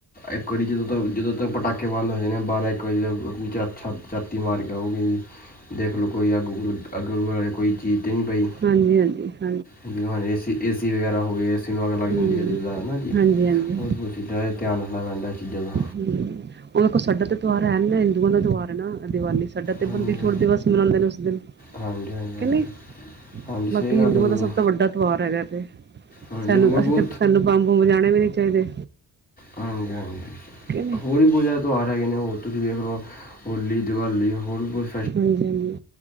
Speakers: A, on the left (about 20°); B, on the right (about 25°).
A: ਇੱਕ ਕਰ ਜਦੋਂ ਤ ਜਦੋਂ ਤ ਪਟਾ ਕੇ ਬੰਦ ਹੋਏ ਨੇ, ਬਾਰਾਂ ਇੱਕ ਵਜੇ ਆਪਣੀ ਚਾ ਛਾ ਚਾਤੀ ਮਾਰ ਕੇ ਆਓ ਵਈ ਦੇਖ ਲਓ ਕੋਈ ਅੱਗ ਉਗ, ਅੱਗ ਵਾਲੀ ਕੋਈ ਚੀਜ਼ ਤਾਂ ਨਹੀਂ ਪਈ।
B: ਹਾਂਜੀ ਹਾਂਜੀ ਹਾਂਜੀ
A: ਹਾਂਜੀ, ਏਸੀ-ਏਸੀ ਵਗੈਰਾ ਹੋ ਗਏ, ਸ ਜਿਨੂੰ ਅੱਗ ਲੱਗ ਜਾਂਦੀ
B: ਹੂੰ
A: ਹੈ, ਜ਼ਿਦਾਰ ਨਾ ਜੀ,
B: ਹਾਂਜੀ ਹਾਂਜੀ
A: ਓਹਨਾ ਚੀਜ਼ਾਂ ਧਿਆਨ ਰੱਖਣਾ ਪੈਂਦਾ ਚੀਜ਼ਾਂ ਦਾ।
B: ਹਮ! ਓ ਦੇਖੋ, ਸਾਡਾ ਤਾਂ ਤਿਉਹਾਰ ਹੈ ਨੀ, ਨਾ, ਹਿੰਦੂਆਂ ਦਾ ਤਿਉਹਾਰ ਹੈ ਦੀਵਾਲੀ। ਸਾਡਾ ਤੇ
A: ਹਾਂਜੀ
B: ਬੰਦੀ ਛੋੜ ਦਿਵਸ ਮਨਾਉਂਦੇ ਨੇ ਉਸ ਦਿਨ।
A: ਹਾਂਜੀ ਹਾਂਜੀ ਹਾਂਜੀ
B: ਕੇ ਨਹੀਂ,
A: ਹਾਂਜੀ
B: ਬਾਕੀ
A: ਸਹੀ ਗੱਲ
B: ਹਿੰਦੂਆਂ
A: ਆ ਬਿਲਕੁਲ
B: ਦਾ ਸਭ ਤੋਂ ਵੱਡਾ ਤਿਉਹਾਰ ਹੈਗਾ ਏ ਤੇ।
A: ਹਾਂਜੀ,
B: ਸਾਨੂੰ
A: ਹੋਰ
B: ਅਸੀਂ
A: ਬਹੁਤ
B: ਤੇ ਸਾਨੂੰ ਬੰਬ-ਬੁੰਬ ਵਜਾਣੇ ਵੀ ਨੀ ਚਾਹੀਦੇ।
A: ਹਾਂਜੀ, ਹਾਂਜੀ।
B: ਕਿ ਨਹੀਂ
A: ਹੋਰ ਵੀ ਪੂਜਾ ਦੇ ਤਿਉਹਾਰ ਹੈਗੇ ਨੇ, ਹੋਰ ਤੁਸੀਂ ਵੇਖ ਲਓ ਹੋਲੀ, ਦਿਵਾਲੀ, ਹੋਰ ਵੀ ਕੁਛ
B: ਹਾਂਜੀ, ਹਾਂਜੀ,